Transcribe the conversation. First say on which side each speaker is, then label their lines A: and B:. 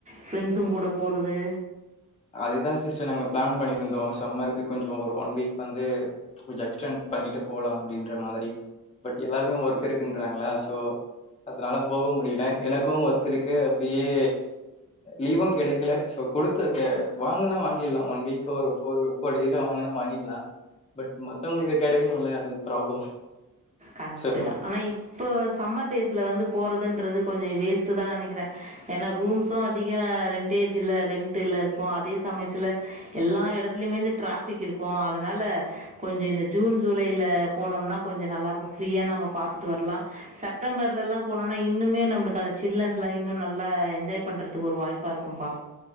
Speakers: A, on the right (about 20°); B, on the left (about 20°).
A: ஃப்ரெண்ட்ஸ்ங்க கூட போறது
B: அதுதா சிஸ்டர் நாங்க பிளான் பண்ணிருந்தோ சம்மருக்கு கொஞ்சோ ஒரு ஒன் வீக் வந்து கொஞ்சோ எக்ஸ்டண்ட் பண்ணிட்டு போலா அப்டின்ற மாதிரி பட் எல்லாருமே ஒர்க் இருக்குன்றாங்களா சோ அதனால போக முடியல எனக்கு ஒர்க் இருக்கு அப்டியே லீவு கெடைக்கல சோ குடுத்து த வாங்கனா வாங்கிட்லா ஒன் வீக் ஒரு ஃபோ ஃபோர் டேஸ்சா வாங்கனா வாங்கிட்லா பட் மத்தவங்களுக்கு கெடைக்கணும்ல அது ப்ராப்ளம்
A: கரெக்ட்டுதா
B: சோ
A: ஆனா இப் போ சம்மர் டேஸ்ல வந்து போறதுன்றது கொஞ்சோ வேஸ்ட்டுதா நெனைக்கிறே ஏன்னா ரூம்ஸும் அதிக ரெண்ட் டேஜில ரெண்ட்டுல இருக்கு அதே சமயத்துல எல்லா எடத்துலயுமே இந்த டிராஃபிக் இருக்கு அதனால கொஞ்சோ இந்த ஜூன் ஜூலைல போனோம்னா கொஞ்சோ நல்லா இருக்கு ஃப்ரீயா நம்ம பாத்துட்டு வரலா, செப்டம்பர்ல ல்லா போனோம். னா இன்னுமே நம்மளுக்கு அந்த ஜில்னஸ் லா இன்னு நல்ல என்ஜாய் பண்றதுக்கு ஒரு வாய்ப்பா இருக்கும்பா